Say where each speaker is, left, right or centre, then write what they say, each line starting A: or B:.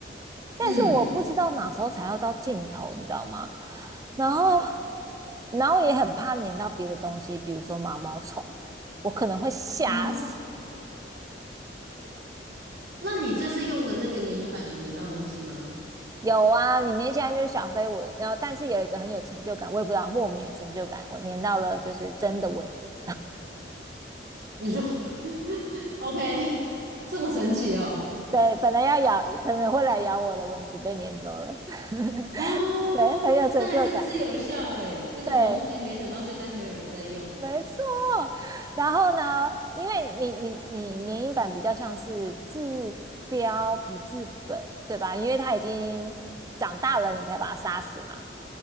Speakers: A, on the right; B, on the right.
A: 但是我不知道哪时候才要到尽头，
B: 嗯，
A: 你知道吗？然后，然后也很怕粘到别的东西，比如说毛毛虫，我可能会吓死。
B: 好。那你这次用的那个粘蝇板有粘到东西吗？
A: 有啊，里面现在就是小飞蚊，然后但是有一个很有成就感，我也不知道莫名的成就感，我粘到了就是真的蚊子。
B: 你说 OK，<laughs> 这么神奇哦？
A: 对，本来要咬，可能会来咬我的蚊子被粘走了，<laughs>
B: 啊，
A: 对，很有成就感。
B: 那还真的是有效诶，这种东西没想到现在还有人在用。
A: 对，没错，然后呢，因为你你你联影版比较像是治标不治本，对吧？因为他已经长大了，你才把他杀死嘛。